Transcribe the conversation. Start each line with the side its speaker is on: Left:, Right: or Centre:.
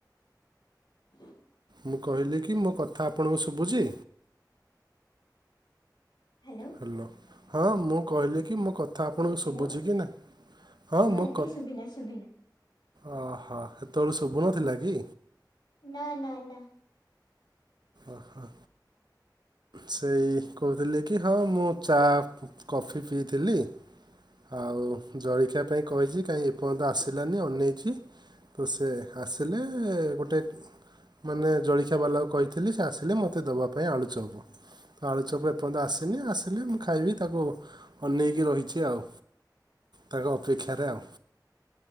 Left: ହଁ <unintelligible>
Right: ମୁଁ କହିଲି କି ମୋ କଥା ଆପଣଙ୍କୁ ଶୁବୁଚି?
Left: ହ୍ୟାଲୋ।
Right: ହ୍ୟାଲୋ ହଁ ମୁଁ କହିଲି କି ମୋ କଥ ଥା ଆପଣଙ୍କୁ
Left: ହ୍ୟାଲୋ
Right: ଶୁଭୁଛି କି ନାହିଁ ହଁ ମୋ
Left: ଏବେ
Right: କ
Left: ଶୁଭିଲା ଶୁଭିଲା।
Right: ଅ ହୋ ହେତବେଳେ ଶୁଭୁନଥିଲା କି?
Left: ନା ନା ନା।
Right: ଓ ହ। ସେଇ କହୁଥିଲିକି ହଁ ମୁଁ ଚା କଫି ପିଇଥିଲି। ଆଉ ଜଳଖିଆ ପାଇଁ କହିଚି କାଇଁ ଏପର୍ଯ୍ୟନ୍ତ ଆସିଲାନି ଅନେଇଚି ତ ସେ ଆସିଲେ ଗୋଟେ ମାନେ ଜଳଖିଆ ବାଲାକୁ କହିଥିଲି ସେ ଆସିଲେ ମୋତେ ଦେବା ପାଇଁ ଆଳୁ ଚପ୍। ଆଳୁଚପ୍ ଏପର୍ଯ୍ୟନ୍ତ ଆସିନି ଆସିଲେ ମୁଁ ଖାଇବି ତାକୁ ଅନେଇକି ରହିଛି ଆଉ ତାଙ୍କ ଅପେକ୍ଷାରେ ଆଉ